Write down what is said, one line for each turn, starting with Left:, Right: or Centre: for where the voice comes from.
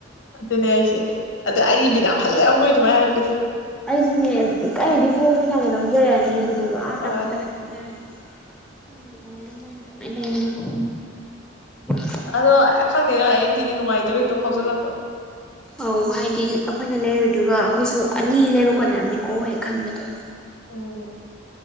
Left: ꯑꯗꯨꯅꯦ ꯗꯥꯏꯁꯦ ꯑꯗꯣ ꯑꯩꯒꯤ ꯕꯤꯠ ꯖꯥꯝ ꯍꯜꯂꯦꯕ ꯃꯣꯏ ꯑꯗꯨꯃꯥꯏꯅ ꯍꯥꯏꯔꯛꯄꯁꯦ
Centre: ꯑꯩꯖꯨꯅꯦ ꯑꯩꯅꯗꯤ ꯍꯣꯡꯉꯦ ꯀꯥꯏꯅ ꯂꯧꯖꯔꯛꯑꯅꯤ ꯑꯗꯨꯗꯨꯒ ꯑꯥ
Left: ꯍꯣꯏ
Centre: ꯇꯪꯈꯥꯏ ꯇꯪꯈꯥꯏ ꯈꯦꯠꯅꯔꯝꯃꯦ ꯈꯪꯗꯦꯗ ꯀꯃꯥꯏꯅ ꯃꯣꯏꯅ ꯀꯃꯥꯏ ꯂꯩꯕꯅꯣ <unintelligible>
Left: ꯑꯗꯣ ꯈꯪꯗꯦꯗꯥ ꯑꯩꯗꯤ ꯅꯨꯡꯉꯥꯏꯇꯕ ꯍꯦꯛꯇ ꯐꯥꯎꯖꯜꯂꯛꯄ
Centre: ꯑꯧ ꯍꯥꯏꯗꯤ ꯑꯩꯈꯣꯏꯅ ꯂꯩꯔꯨꯗꯨꯒ ꯑꯩꯈꯣꯏꯁꯨ ꯑꯅꯤ ꯂꯩꯕ ꯀꯣꯟꯅꯔꯝꯅꯤꯀꯣ ꯍꯦꯛ ꯈꯟꯕꯗ
Left: ꯎꯝ